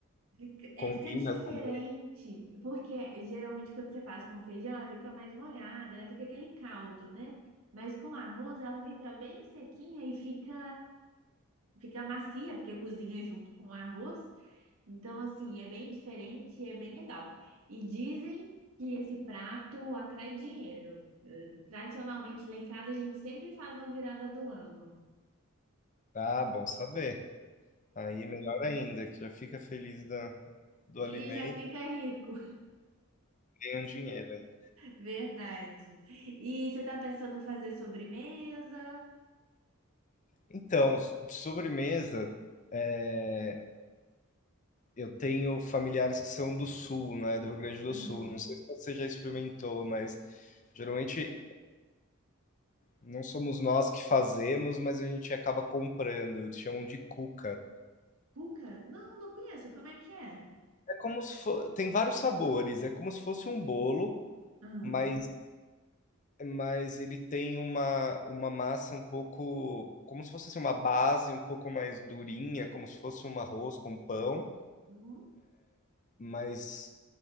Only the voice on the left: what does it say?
combina
com.
Ah, bom saber. Aí melhor ainda, que já fica feliz da, do
alimento
e ganha um dinheiro ainda.
Então, s- de sobremesa, é, eu tenho familiares que são do sul, né, do Rio Grande do
Sul. Não sei se você já experimentou, mas geralmente não somos nós que fazemos, mas a gente acaba comprando. Eles chamam de cuca.
É como se fo... tem vários sabores, é como se fosse um bolo,
mas mas ele tem uma, uma massa um pouco, como se fosse assim, uma base um pouco mais durinha, como se fosse um arroz com pão,
mas